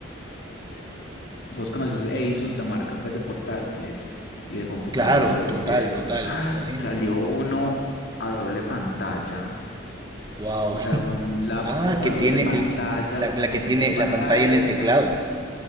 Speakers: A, on the left (about 55°); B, on the right (about 20°).
A: Vos conoces Asus, la marca pues de portátiles y de computadores
B: Claro, total,
A: y eso.
B: total,
A: <gasps> ¡Ay!
B: excelentes.
A: Salió uno a doble pantalla,
B: Wow.
A: o
B: <laughs>
A: sea, un laptop
B: Ah, que
A: a
B: tiene
A: doble pantalla,
B: el, la,
A: o sea,
B: la
A: son
B: que tiene
A: dos pantallas
B: la pantalla en el
A: y
B: teclado.
A: sac-